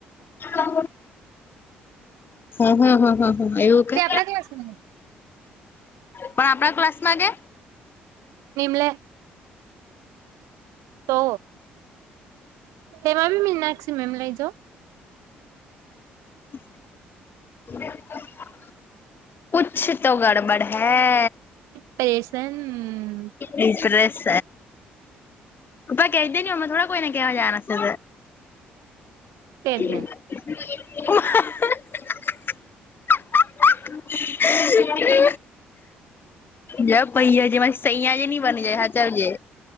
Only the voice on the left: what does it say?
હા, હા, હા, હા, હા, એવું. કે
પણ આપણા ક્લાસ માં કે?
<unintelligible> કુછ તો ગડબડ હૈ.
એઇપ્રેસ. પા કહે દ ન ઉમ થોડા કોઈને કે જા તો. <unintelligible>
એ. જ પૈયા, જે સૈયા જે નની બની જાય. હા, ચાલ જ.